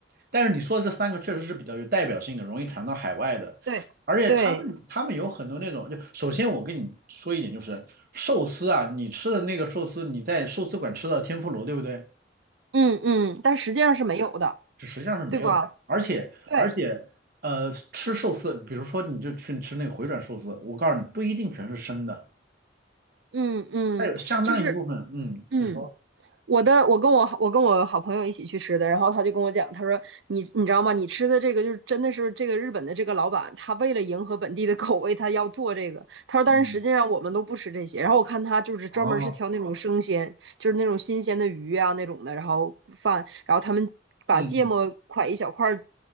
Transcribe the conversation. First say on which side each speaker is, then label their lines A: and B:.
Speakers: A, on the right; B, on the right.
A: 但是你说的这三个确实是比较有代表性的，容易传到海外的，
B: 对对，
A: 而且他们他们有很多那种，就首先我跟你说一点就是寿司啊，你吃的那个寿司，你在寿司馆吃到天妇罗，对不对？
B: 嗯嗯，但实际上是没有的，
A: 就实际上是没有的而且而且呃，
B: 对吧？对，
A: 吃寿司，比如说你就去吃那个回转寿司，我告诉你不一定全是生的，
B: 嗯嗯，
A: 它有相当一部分，
B: 就是
A: 嗯，
B: 嗯。
A: 你说。
B: 我的，我跟我我跟我好朋友一起去吃的，然后他就跟我讲，他说你你知道吗？你吃的这个就是真的是这个日本的这个老板，他为了迎合本地的口味，他要做这个。他说，但是实际上我们都不吃这些。
A: 嗯，
B: 然后我看他就是专门是挑那种生鲜，
A: 哦，
B: 就是那种新鲜的鱼啊那种的，然后饭，然后他们把芥末块一小块儿，
A: 嗯嗯，